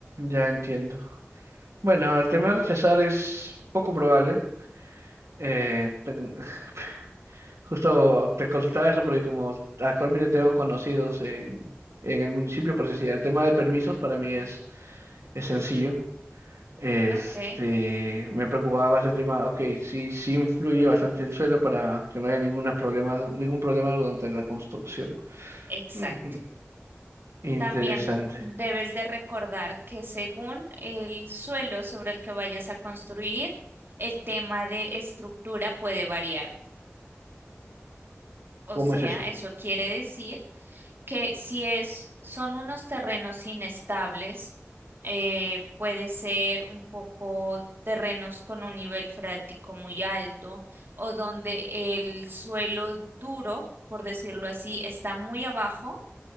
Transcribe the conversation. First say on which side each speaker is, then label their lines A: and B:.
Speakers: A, on the right; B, on the right.
A: ya entiendo. Bueno, el tema de rechazar es poco probable. Eh, ten- <laughs> Justo te consultaba eso porque como actualmente tengo conocidos en, en el municipio, por decir, el tema de permisos para mí es, es sencillo. Este,
B: Ok,
A: me preocupaba más el tema, ok, sí, sí influye bastante el suelo para que no haya ningún problema, ningún problema durante la construcción.
B: exacto.
A: Ujú. Interesante.
B: También debes de recordar que según el suelo sobre el que vayas a construir, el tema de estructura puede variar. O
A: ¿Cómo
B: sea,
A: es eso?
B: eso quiere decir que si es, son unos terrenos inestables, eh, puede ser un poco terrenos con un nivel freático muy alto o donde el suelo duro, por decirlo así, está muy abajo